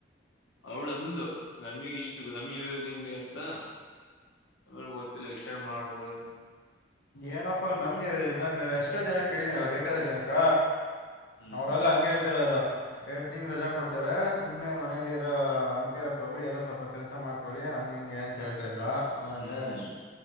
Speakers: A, on the left; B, on the left.
A: ಅವಳು ಅಂದ್ಲು ನಮಿಗೆ ಇಷ್ಟು ನಮಗೆ ಹೇಳಿರೋದು ಹಿಂಗೆ ಅಂತ. ಆಮೇಲೆ ಗೊತ್ತಿಲ್ಲ ಎಕ್ಸ್ಟೆಂಡ್ ಮಾಡ್ಬೋದ ಏನು.
B: ಏನಪ್ಪಾ ನಂಗೆ ಹೇಳಿದ್ ನಾನ್ ಎಷ್ಟೋ ಜನಕ್ಕೆ ಕೇಳಿದನಲ್ಲ ಬೇಕಾದಷ್ಟ ಜನಕ್ಕ.
A: ಹ್ಮ್
B: ಅವರೆಲ್ಲ ಹಂಗೆ ಹೇಳತ ಇರೋದು. ಎರಡ್ ತಿಂಗಳ ರಜೆ ಕೊಡತರೆ ಸುಮನೆ ಮನೇಲಿ ಇರೋ ಹಂಗ ಇರಕ್ ಹೋಗಬೇಡಿ ಏನೋ ಸ್ವಲ್ಪ ಕೆಲ್ಸ ಮಾಡ್ಕೊಳ್ಳಿ. ಅದೇ ಅಂಗೆ ಹಿಂಗೆ ಅಂತ ಹೇಳತಾ ಇದರು ನಾನು
A: ಹ್ಮ್
B: ಅಂದೆ